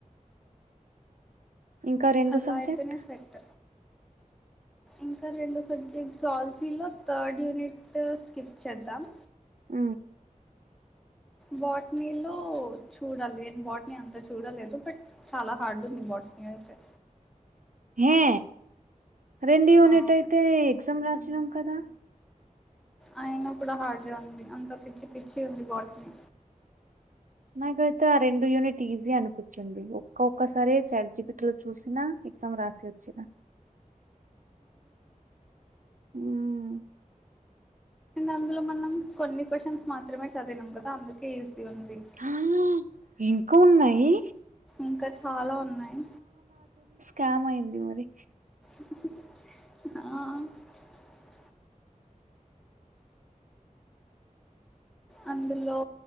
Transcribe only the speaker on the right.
ఇంకా రెండు
సబ్జెక్ట్
ఉ
హే రెండు యూనిట్
అయితే ఎగ్జామ్ రాసినాం కదా
నాకైతే ఆ రెండు యూనిట్ ఈజీ అనిపిచ్చింది. ఒక్క ఒక్కసారి చాట్ జీపీటీ లో చూసినా ఎగ్జామ్ రాసి వచ్చిన ఊమ్
ఆ ఇంకా ఉన్నయి
కామయంది మరి